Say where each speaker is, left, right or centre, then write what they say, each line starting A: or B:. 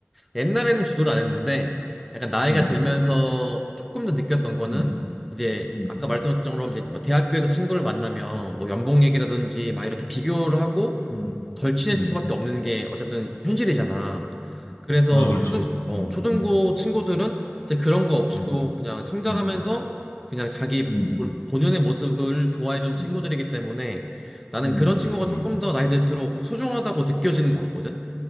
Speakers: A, in the centre; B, on the left (about 70°).
A: 옛날에는 주도를 안 했는데 약간 나이가
B: 음,
A: 들면서 조금 더 느꼈던 거는
B: 음,
A: 이제
B: 음,
A: 아까 말했던 것처럼 이제 뭐 대학교에서 친구를 만나면 뭐 연봉 얘기라든지 막 이렇게 비교를 하고
B: 음,
A: 덜 친해질
B: 음,
A: 수밖에 없는 게 어쨌든 현실이잖아.
B: 음.
A: 그래서
B: 아,
A: 막
B: 그렇지.
A: 초등, 어,
B: 음,
A: 초등부
B: 음,
A: 친구들은 이제 그런 거 없이고
B: 음,
A: 그냥 성장하면서
B: 음, 음,
A: 그냥 자기
B: 음,
A: 볼- 본연의 모습을 좋아해주는
B: 음,
A: 친구들이기 때문에 나는
B: 음,
A: 그런 친구가
B: 음, 음.
A: 조금 더 나이 들수록 소중하다고 느껴지는 것 같거든.